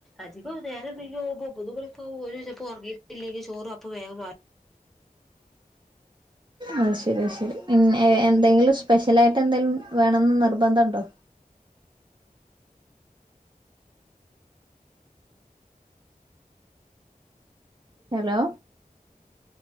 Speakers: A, in the centre; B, on the right.
A: അധികം നേരം <unintelligible> ഒരു അപ്പം ഉറങ്ങിട്ടില്ലങ്ക ചോറും അപ്പംവേഗംക
B: അഹ് ശരി അഹ്ശരി എന്തെങ്കിലും സ്പെഷ്യൽ ആായിട്ട് എന്തെങ്കിലും വേണമന്ന് നിർബന്ധംണ്ടോ? Hello